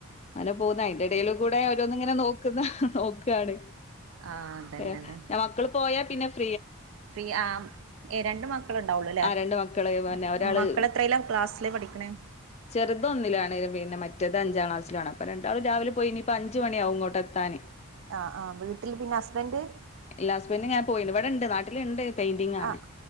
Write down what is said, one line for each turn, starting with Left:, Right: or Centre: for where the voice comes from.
Left: അങ്ങനെ പോവ്ന്ന് അയിന്റെ എടെൽ കൂടെ ഓരോന്ന് ഇങ്ങനെ നോക്ക്ന്ന് നോക്കാണ്
Right: ആഹ് അതന്നെ
Left: എ
Right: അതന്നെ
Left: ഞാൻ മക്കൾ പോയാ പിന്നെ എഫ്
Right: ഫ്രീ ആ ഏ രണ്ട് മക്കൾ ഇണ്ടാവൊള്ളുലെ
Left: ആ രണ്ട് മക്കള് പിന്നെ
Right: മ്
Left: ഒരാള്
Right: മക്കൾ എത്രെലാ ക്ലാസിൽ പഠിക്ക്ണെ
Left: ചെറുത് ഒന്നിലാണ് പിന്നെ മറ്റത് അഞ്ചാം ക്ലാസ്സിൽ ആ അപ്പ രണ്ടാളും രാവിലെ പോയി ഇനി പ്പം അഞ്ചു മണിയാവും ഇങ്ങോട്ട് എത്താൻ
Right: ആഹ് ആഹ് വീട്ടിൽ പിന്നെ ഹസ്ബൻഡ്
Left: ഇല്ല ഹസ്ബെൻന്റ് ഇങ്ങനെ പോയിണ് ഇവടെണ്ട് നാട്ട്ൽ ഇ ണ്ട് പെയ്ന്റിങ്ങാണ്
Right: ആഹ്